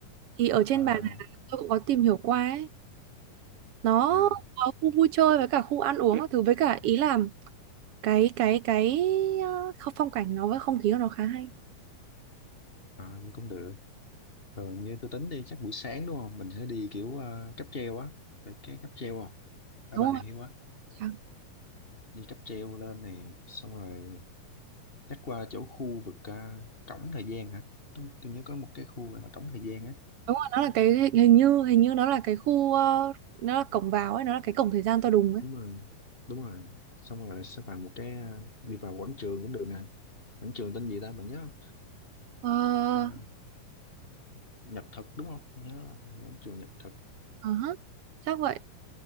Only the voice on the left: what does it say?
à,
à,
à, như cũng được rồi như tôi tính đi chắc buổi sáng đúng không mình sẽ đi kiểu à, cáp treo á về cái cáp treo không ở
Bà Nà
Hills á
đi cáp treo lên này xong rồi chắc qua chỗ khu vực à, cổng thời gian hả đúng, tôi nhớ có một cái khu gọi là cổng thời gian á
đúng rồi đúng rồi xong rồi sẽ vào một cái à, đi vào quảng trường cũng được nè quảng trường tên gì ta mày nhớ không
à, Nhật Thực đúng không Mình nhớ là hình quảng trường Nhật Thực